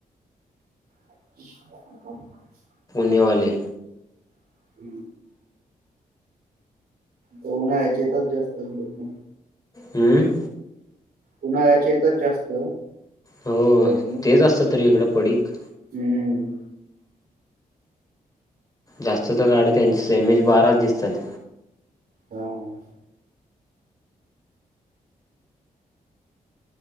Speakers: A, on the right; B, on the left.
A: <unintelligible>
B: निवाले
A: <inaudible> तर उनाळ्याचेे येतात जास्त लोक
B: हम्म
A: उन्हाळ्याचे येतात जास्त
B: हो
A: लोकं.
B: तेच असत तरी इकडं पडीक
A: हं.
B: जास्त तर गाडी त्यांची एम एज बाराच दिसतात
A: ह